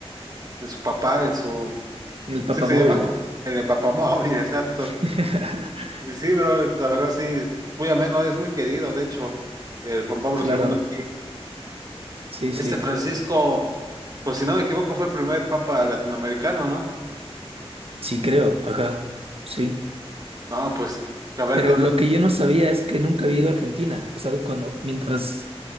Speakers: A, on the right; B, on the right.
A: en su papá, en su,
B: En el papamóvil.
A: ¿sí se llama? En el papamóvil, <laughs> exacto.
B: <laughs>
A: Y sí, bro, la verdad sí, muy ameno, es muy querido, de hecho, el Juan Pablo
B: Claro,
A: segundo aquí.
B: sí, sí,
A: Este Francisco, pues si no me equivoco, fue el primer papa latinoamericano, ¿no?
B: sí creo, ajá, sí.
A: No, pues a ver
B: Pero
A: qué tal.
B: lo que yo no sabía es que nunca había ido a Argentina. O sea, cuando, mientras,